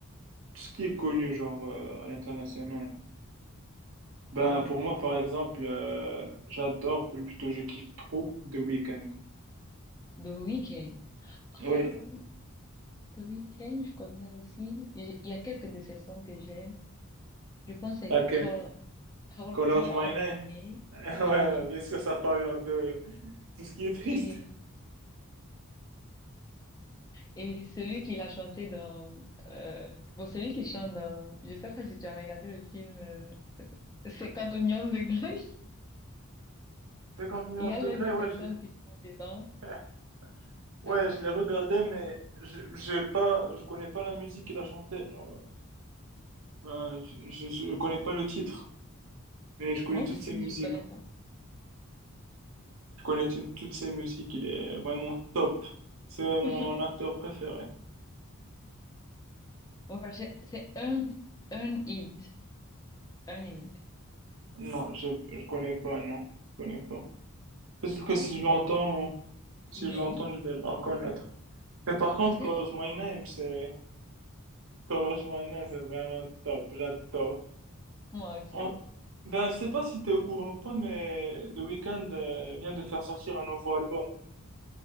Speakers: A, on the right (about 65°); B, on the left (about 15°).
A: Tout ce qui est connu, genre euh, à l'international. Ben,
B: pour
A: pour moi, par exemple, euh, j'adore, plutôt je kiffe trop The Weeknd.
B: The Weeknd. Ah
A: Oui,
B: oui, The Weeknd, je connais aussi. Il il y a quelques de ses sons que j'aime. Je pense que c'est
A: laquelle?
B: Call, Call,
A: Call
B: Call
A: Out My
B: Out
A: Name?
B: My Name.
A: <laughs> Ouais,
B: Oui.
A: ouais, bien sûr, ça parle vers de tout ce qui est triste.
B: Et, et celui qui l'a chanté dans... Euh, bon, celui qui chante dans... Je sais pas si tu as regardé le film euh, 50 Oignons de Grey.
A: 50 nuances
B: Il y a
A: de
B: l'un
A: Grey,
B: de
A: ouais,
B: ses
A: je
B: sons
A: l'ai
B: qui chante dedans.
A: <laughs> ouais,
B: Euh,
A: je l'ai regardé, mais je j'ai pas, je connais pas la musique qu'il a chantée. Genre, ouais. ben, je, je je connais pas le titre. Mais je connais
B: moi
A: toutes
B: aussi,
A: ses musiques.
B: je connais pas.
A: Je connais tout- toutes ses musiques. Il est vraiment top. C'est mon
B: <laughs>
A: acteur préféré.
B: Ouais, c'est c'est un, un hit. Un hit.
A: Non, je je connais pas, non. Je connais pas. Peut-être que
B: Peut-être
A: si
B: que vous
A: je l'entends,
B: connaissez. Oui.
A: si je l'entends, je vais le reconnaître. Mais par contre,
B: Parce que
A: Call Out My Name, c'est... Call Out My Name, c'est vraiment top. J'adore.
B: Moi aussi.
A: En- Ben, je sais pas si t'es au courant ou pas, mais The Weeknd euh, vient de faire sortir un nouveau album.